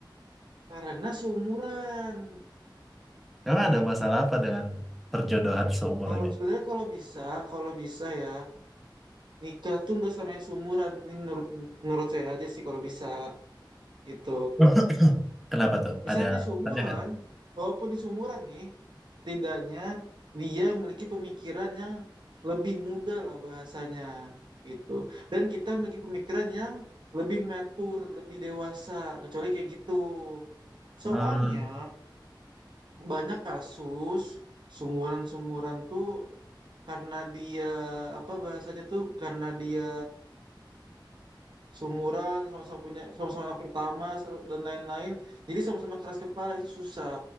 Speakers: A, on the right; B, in the centre.
A: karena seumuran.
B: Emang ada masalah apa dengan perjodohan seumur
A: Kalau
B: ini?
A: sebenarnya kalau bisa, kalau bisa ya nikah tuh nggak sama yang seumuran. Ini menurut menurut saya aja sih kalau bisa gitu.
B: <laughs> Kenapa tuh?
A: Misalnya
B: Ada alasannya
A: sumuran,
B: nggak?
A: walaupun di sumuran nih, tidaknya dia memiliki pemikiran yang lebih muda lah bahasanya gitu. Dan kita memiliki pemikiran yang lebih mature, lebih dewasa, kecuali kayak gitu. Soalnya
B: Hmm,
A: banyak kasus sumuran-sumuran tuh karena dia apa bahasanya tuh karena dia sumuran sama-sama punya sama-sama anak pertama se- dan lain-lain jadi sama-sama keras kepala itu susah